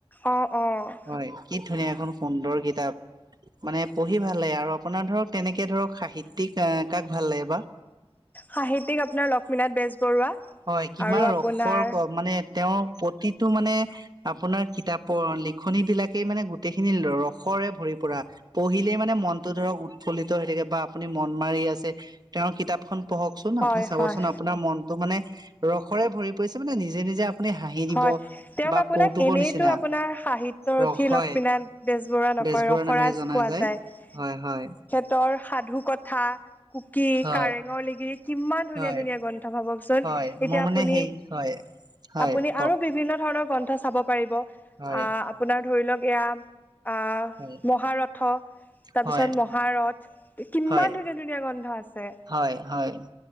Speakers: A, on the left (about 15°); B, on the right (about 40°).
A: অঁ, অঁ।
B: হয়, কি ধুনীয়া এখন সুন্দৰ কিতাপ। মানে পঢ়ি ভাল লাগে, আৰু আপোনাৰ ধৰক তেনেকে ধৰক সাহিত্যিক এ কাক ভাল লাগে বা?
A: সাহিত্যিক আপোনাৰ লক্ষ্মীনাথ বেজবৰুৱা।
B: হয়, কিমান
A: আৰু
B: ৰসৰ
A: আপোনাৰ
B: ক, মানে তেওঁৰ প্ৰতিটো মানে- আপোনাৰ কিতাপৰ লিখনি বিলাকেই মানে গোটেইখিনি ৰসৰে ভৰি পৰা। পঢ়িলেই মানে মনতটো ধৰক উৎফল্লিত হৈ থাকে বা আপুনি মন মাৰি আছে তেওঁৰ কিতাপখন পঢ়ক- চোন
A: হয়
B: আপুনি চাবচোন
A: হয়
B: আপোনাৰ মনতটো মানে ৰসৰে ভৰি পৰিছে মানে নিজে নিজে- আপুনি হাঁহি দিব
A: হয়, তেওঁক
B: বা
A: আপোনাক
B: কৌতুকৰ
A: এনেইতো
B: নিচিনা
A: আপোনাৰ সাহিত্যৰথি
B: ৰস হয়
A: লক্ষ্মীনাথ- বেজবৰুৱা নকয়
B: বেজবৰুৱা
A: ৰসৰাজ
B: নামেৰে জনা
A: কোৱা যায়।
B: হয়', হয়।
A: তহ সাধু কথা, কুকি,
B: হয়
A: কাৰেঙৰ লিগিৰি কিমান ধুনীয়া
B: হয়
A: ধুনীয়া গ্ৰন্থ ভাবক- চন,
B: হয়
A: এতিয়া
B: মোৰ মানে
A: আপুনি-
B: সেই হয়। হয়
A: পুনি
B: কওক
A: আৰু বিভিন্ন ধৰণৰ গ্ৰন্থ চাব পাৰিব,
B: হয়
A: আ আপোনাৰ ধৰি লওক এয়া আ-
B: হয়
A: মহাৰথ তাৰপিছত
B: হয়
A: মহাৰথ কিমান
B: হয়
A: ধুনীয়া ধুনীয়া গন্ত্ৰ আছে।
B: হয়, হয়।